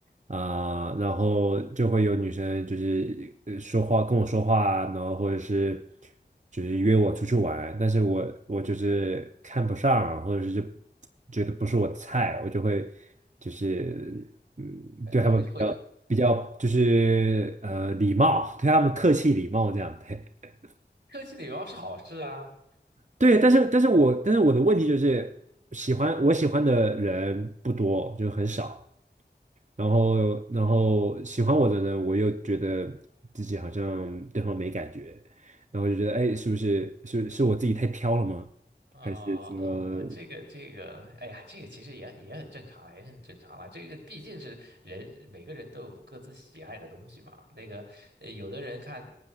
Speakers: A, on the right; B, on the right.
A: 啊、然后就会有女生就是呃说话跟我说话啊然后或者是就是约我出去玩，但是我我就是看不上啊，或者是就觉得不是我的菜，我就会就是嗯对他们比较比较就是呃礼貌，
B: 呃会会，呃
A: 对他们客气礼貌这样，对 <laughs>
B: 客气礼貌是好事啊，
A: 对，但是但是我但是我的问题就是喜欢我喜欢的人不多，就很少。然后然后喜欢我的人，我又觉得自己好像对方没感觉，然后就觉得哎，是不是是是我自己太挑了吗？
B: 哦哦，
A: 还是说
B: 这个这个，哎呀，这个其实也也很正常了，也很正常了。这个毕竟是人，每个人都有各自喜爱的东西嘛。那个，呃有的人看，